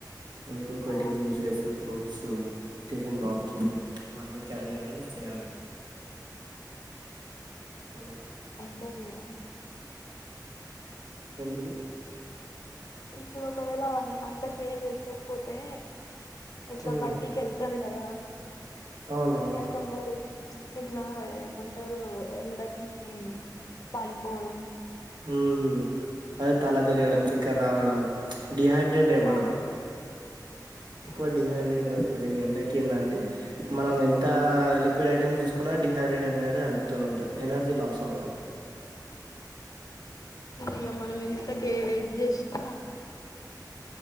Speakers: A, on the right; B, on the left.
A: ఇంకొకటి
B: అవును
A: juices fruit so tiffin box అన్నీ క్యారీ అనేది చేయాలి అలా
B: పేయా
A: ఏంటిది
B: ఇప్పుడు ఒకవేళ అ అంతా కేర్ చేసుకోకపోతే ఇట్లా
A: ఉమ్
B: బట్టి కిెళ్తారు కదా
A: అవునవును
B: ఆ యా కొందరూ ఇట్లా ఏమంటారు ఎండకి పాలిపోవడం
A: ఊ అదే తల తిరగడం చక్కర రావడం చ్ డిహైడ్రేట్ ఇవ్వడం
B: ఆ
A: ఎక్కువ
B: ఆ
A: డిహైడ్రేట్ అవుతాది ఈ ఎండ ఇంకేదంటే మనం ఎంత లిక్విడ్ ఐటెమ్స్ తీసుకున్నా డిహైడ్రేట్ అనేది రావు తను ఉంటది ఎనర్జీ లాస్ అవుతాం
B: ఇక మనం ఎంతకే ఎడ్జ్ చేసినా